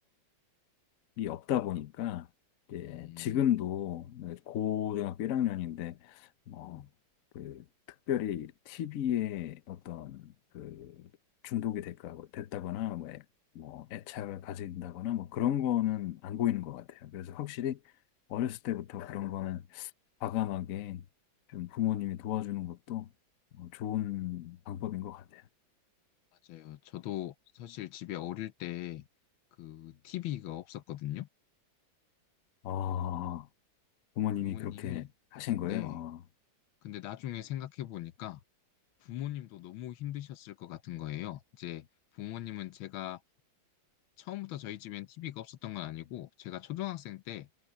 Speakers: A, on the left; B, on the left.
A: 이 없다 보니까 이제
B: 음,
A: 지금도 고등학교 1학년인데 뭐그
B: 네.
A: 특별히 TV에 어떤 그 중독이 될까 됐다거나 뭐, 애- 뭐 애착을 가진다거나 뭐 그런 거는 안 보이는 것 같아요. 그래서 확실히 어렸을 때부터 그런 거는 과감하게 좀 부모님이 도와주는 것도 뭐 좋은 방법인 것 같아요.
B: 맞아요. 저도 사실 집에 어릴 때 그 TV가 없었거든요.
A: 아, 부모님이
B: 부모님이.
A: 그렇게 하신 거예요?
B: 네.
A: 아,
B: 근데 나중에 생각해 보니까 부모님도 너무 힘드셨을 것 같은 거예요. 이제 부모님은 제가 처음부터 저희 집엔 TV가 없었던 건 아니고 제가 초등학생 때